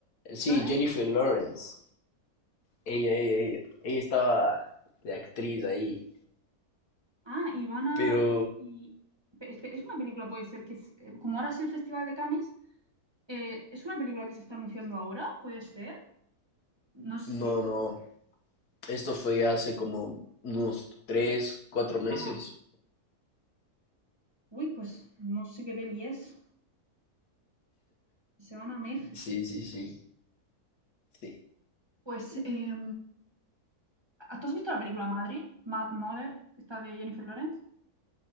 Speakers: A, on the right (about 20°); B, on the left (about 80°).
A: Lawrence.
B: sí, Jennifer Lawrence. Ella, ella, ella. Ella estaba de actriz ahí.
A: Ah, Ivana.
B: Pero
A: Y, y- pe- Es es una película, puede ser que. es- eh, Como ahora sí el Festival de Cannes, eh, ¿es una película que se está anunciando ahora? ¿Puede ser? No sé.
B: no, no. Esto fue hace como unos tres, cuatro meses.
A: Ah, uy, pues no sé qué peli es. Se van a México.
B: Sí, sí, sí. sí.
A: Pues, eh, ¿tú has visto la película Madre, Mad Mother, esta de Jennifer Lawrence?